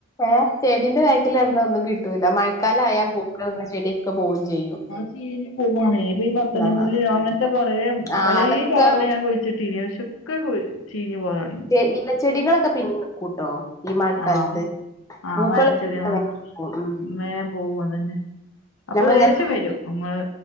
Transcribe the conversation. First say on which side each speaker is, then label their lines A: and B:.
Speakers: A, on the left (about 15°); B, on the left (about 80°).
A: ഏഹ് ചെടീന്റെ ബാക്കില് നടന്നാ ഒന്നും കിട്ടൂല. മഴക്കാലം ആയാ പൂക്കളിടുന്ന ചെടിയൊക്കെ പോവും ചെയ്യും.
B: ആ ചീഞ്ഞ് പോവാണ്. ഏത് ഈ പത്തു മണിമുല്ലയും
A: ആഹ്
B: അങ്ങനത്തെ കൊറേ
A: ആഹ്
B: പലേ
A: അതൊക്കെ
B: കളറില് ഞാൻ കുഴിച്ചി ട്ടീനി. പക്ഷെ ഒക്കെ കു ചീഞ്ഞു പോകാണ്.
A: റ്റെ ഇല ചെടികളൊക്കെ പിന്നേം നിക്കൂട്ടോ. ഈ മഴക്കാലത്ത്
B: ആഹ് ആഹ്
A: പൂക്കള്
B: മരിച്ചൊരു ആഹ്
A: <unintelligible>
B: വേം പോവും അതന്നെ അപ്പൊ
A: നമ്മളിങ്ങനെ
B: ദേഷ്യം വരും നമ്മള്